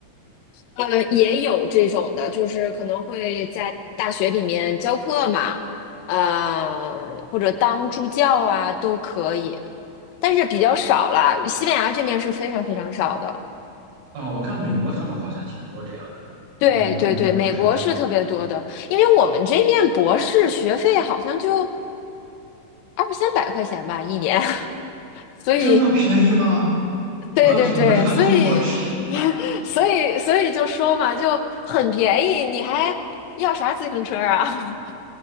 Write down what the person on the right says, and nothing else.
哦，我看美国他们好像挺多这样的，
他们都给本科生上课，
这么便宜吗？
我要去你们那读博士
<laughs>